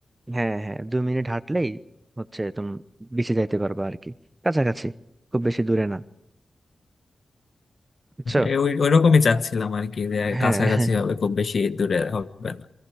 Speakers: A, on the right; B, on the left.
A: হ্যাঁ হ্যাঁ দুই মিনিট হাঁটলেই হচ্ছে তুমি বিচে যাইতে পারবে আর কি কাছাকাছি খুব বেশি দূরে না বুঝছো
B: এ ওই ওইরকমই চাচ্ছিলাম আর কি যে
A: হ্যাঁ
B: কাছাকাছি
A: হ্যাঁ
B: হবে খুব বেশি দূরে হবে না